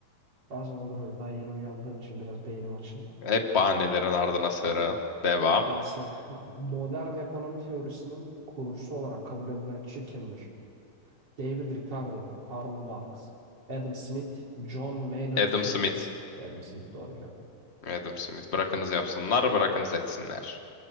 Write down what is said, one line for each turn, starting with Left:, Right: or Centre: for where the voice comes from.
Right: Bazen olur öyle. Daha yeni uyandığım için biraz beynim açılmadı.
Left: Hep bahanelerin ardına sığıra. Devam.
Right: Neyse. Modern ekonomi teorisinin kurucusu olarak kabul edilen kişi kimdir? David Ricardo, Karl Marx, Adam Smith, John Maynard
Left: Adam
Right: Keynes.
Left: Smith.
Right: Adam Smith doğru cevap.
Left: Adam Smith bırakınız yapsınlar, bırakınız etsinler.